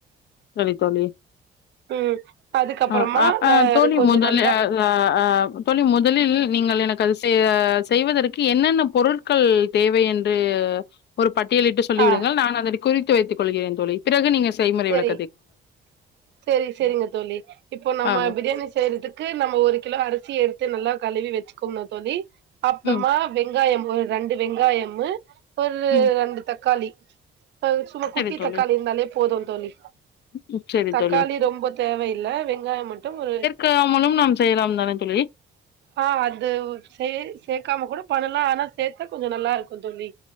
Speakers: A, on the left; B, on the right.
A: தோழி தோழி
B: ம் அதுக்கப்புறமா
A: ஆ ஆ ஆ
B: அ
A: தோழி
B: அது கொஞ்சோ
A: முதல்ல
B: நல்லா
A: ஆ ஆ தோழி முதலில் நீங்கள் எனக்கு அது செ செய்வதற்கு என்னென்ன பொருள் க்கு தேவை என்று ஒரு பட் டியலிட்டு சொல்லிவிடுங்கள்
B: ஆ
A: நான் அதை குறித்து வைத்துக் கொள்கிறேன் தோழி பிறகு நீங்க செய்முறை விளக்
B: றேன் சேரி சேரிங்க தோழி இப்போ நம்ம
A: ஆ
B: பிரியாணி செய்யறதுக் க்கு நம்ம ஒரு கிலோ அரிசி எடுத்து நல்லா கழுவி வச்சுக்கோம தோழி அப்பறமா
A: ம்
B: வெங்காயம் போ ரெண்டு வெங்காயமு ஒரு
A: ம்
B: ரெண்டு தக்காளி அ சும்மா
A: சரி
B: குட்டி
A: தோழி
B: தக்காளி இருந்தாலே போது தோழி
A: ம் சரி
B: தக்காளி
A: தோழி
B: ரொம்ப தேவயில்ல வெங்காய மட்டு ஒரு
A: <unintelligible> நம் செய்யலா தானே தோழி
B: ஆ அது சேக் சேக்காம கூட பண்ணலா ஆனா சேத்தா கொஞ்சோ நல்லா இருக்கு தோழி